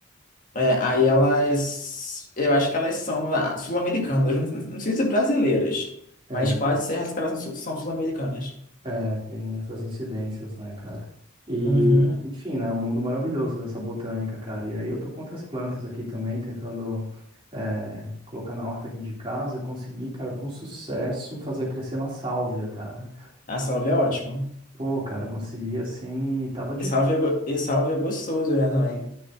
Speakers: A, on the left; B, on the right.
A: é, aí elas, eu acho que elas são ah, sul-americanas, não, não sei se brasileiras,
B: é.
A: mas quase certo que elas são, sul- são sul-americanas.
B: É, tem essas incidências, né, cara? E,
A: Uhum.
B: enfim, né, um mundo maravilhoso dessa botânica, cara. E aí eu tô com outras plantas aqui também, tentando é, colocar na horta aqui de casa. Eu consegui, cara, com sucesso, fazer crescer uma sálvia, cara.
A: A salve é ótima.
B: Pô, cara, consegui assim e tava difícil.
A: E sálvia, é go- e sálvia é gostoso, né, também.